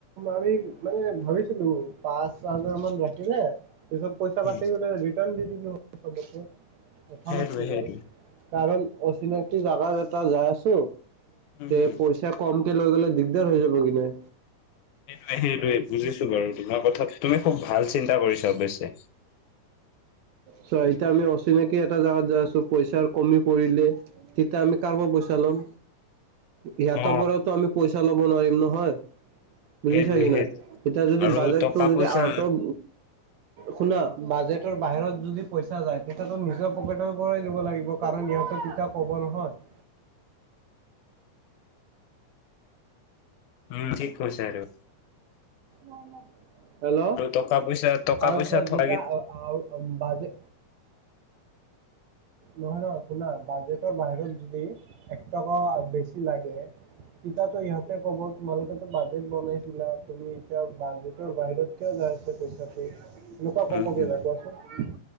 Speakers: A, on the right; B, on the left.
A: আমি মানে ভাবিছিলোঁ পাঁচ হাজাৰ মান ৰাখিলে পিছত পইচা
B: উম
A: বাছিলে ৰিটাৰ্ণ দি দিলো চবক কথা
B: সেইটোৱে
A: নাছিল
B: সেইটোৱে
A: বাৰু কাৰণ অচিনাকি জাগাত এটা যাই আছো
B: উম
A: তে
B: হম
A: পইচা কম লৈ গ'লে দিগদাৰ হৈ যাব কি নাই
B: সেইটোৱে সেইটোৱে বুজিছো বাৰু তোমাৰ কথা তুমি খুব ভাল চিন্তা কৰিছা অৱশ্যে
A: চ এতিয়া আমি অচিনাকি এটা জাগাত যাই আছো পইচাৰ কমি পৰিলে তেতিয়া আমি কাৰ পৰা পইচা ল'ম? সিহঁতৰ
B: অ
A: পৰাওতো আমি পইচা লব নোৱাৰিম নহয়। বুজিছা
B: সেইটোৱে
A: কি নাই,
B: সেইটোৱে
A: এতিয়া যদি
B: আৰু
A: বাজেটটো
B: টকা
A: যদি
B: পইচা
A: আউট অফ শুনা বাজেটৰ বাহিৰত যদি পইচা যায় তেতিয়াতো নিজৰ পকেটৰ পৰাই দিব লাগিব কাৰণ ইহঁতৰ তেতিয়া ক'ব নহয় <inaudible>
B: উম থিক কৈছা এইটো।
A: হেল্ল'
B: টকা পইচা টকা
A: কাৰণ
B: পইচা
A: চোৱা
B: থকা
A: যেতিয়া
B: কেই
A: <unintelligible> বাজে নহয় নহয় শুনা বাজেটৰ বাহিৰত যদি এক টকা বেছি লাগে তিতাতো ইহঁতে কব তোমালোকেতো বাজেট বনাইছিলা তুমি এতিয়া বাজেটৰ বাহিৰত কিয় পইচাটো এনেকুৱা কবগৈ
B: উম হম
A: ন কোৱাচোন,